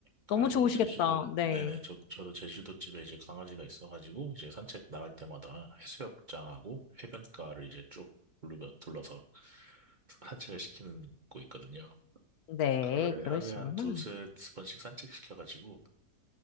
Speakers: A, on the right; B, on the left.
A: 그래서
B: 너무 좋으시겠다.
A: 제주도,
B: 네.
A: 네네, 저, 저도 제주도 집에 이제 강아지가 있어가지고, 이제 산책 나갈 때마다 해수욕장하고 해변가를 이제 쭉 둘러, 둘러서 산책을 시키는 거 있거든요.
B: 네,
A: 하루에,
B: 그러시구나.
A: 하루에 한 두세 번씩 산책시켜가지고,